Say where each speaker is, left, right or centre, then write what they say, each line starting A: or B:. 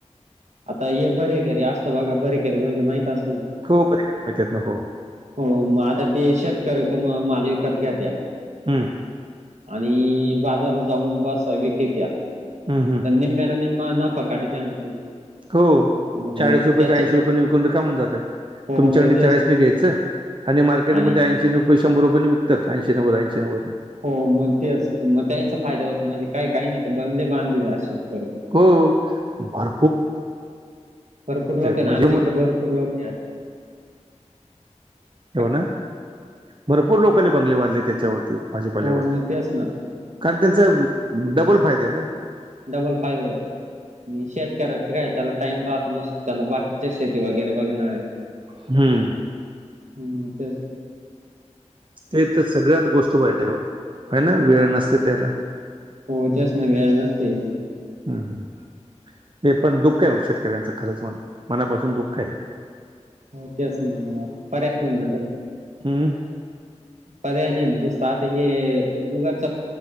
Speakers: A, on the right (about 70°); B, on the right (about 40°).
A: आता हे बरे करी असतं, बघा बरे करी म्हणजे माहित अस
B: हो <inaudible> माहितेत ना हो.
A: हो मग आता ते शेतकऱ्याच माल विकत घेत्या
B: हम्म.
A: आणि बाजारात जाऊन बस विकत्या.
B: हम्म, हां.
A: निम्म्याला निम्मा नफा काढीत्या न ते.
B: हो
A: हो
B: चाळीस
A: त्याचे
B: रुपयाच ऐंशी रुपये न विकुन रिकाम होऊन जाताय.
A: हो
B: तुमच्याकडन
A: मग तेच
B: चाळीसने घ्यायचं आणि मार्केटमध्ये
A: आणि
B: ऐंशी रुपय, शंभर रुपये न विकतात. ऐंशी, नव्वद, ऐंशी नव्वद नी.
A: हो मग तेच मग त्याचा फायदा होत म्हणजे काही काही नाही तर बंगले बांधले असे करून.
B: हो भर
A: भरपूर लोक आहे
B: म्हणजे
A: ना आमच्या
B: मग
A: इकडे भरपूर लोक <unintelligible>
B: ना भरपूर लोकांनी बंगले बांधले त्याच्यावरती <inaudible> भाजीपाल्यावरती
A: हो मग तेच ना
B: कारण त्यांचं डबल फायदे आहे ना
A: डबल फायदा होतो. आणि शेतकऱ्याच काय त्याला टाइम राहत नसत, त्याला बाकीच्या शेती वगैरे बघण.
B: हम्म.
A: हम्म ते
B: ते तर सगळ्यात गोष्ट वाईट आहे ओ हे ना वेळ
A: हो
B: नसते त्याला.
A: हो त्यास नी वेळ नसते.
B: हम् हम्. हे पण दुःख आहे शेतकऱ्यांचं खरंच मनापासून दुःख आहे.
A: हो तेच ना आता पर्याय नाही आता.
B: हम्.
A: पर्याय नाही दुसरं आता हे उगाच